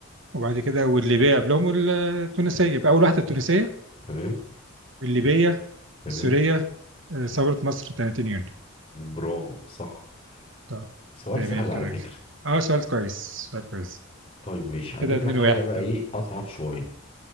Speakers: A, on the right; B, on the left.
A: وبعد كده والليبية قبلهم التونسية يبقى أول واحدة التونسية
B: تمام
A: الليبية
B: تمام
A: السورية آه، ثورة مصر 30 يونيو
B: برافو صح
A: طب
B: سؤال
A: تمام
B: سهل
A: كده
B: على فكرة
A: اه سؤال كويس سؤال كويس
B: طيب مش هجيب
A: كده 2
B: لك حاجة
A: 1
B: بقى
A: كده
B: ايه اصعب شوية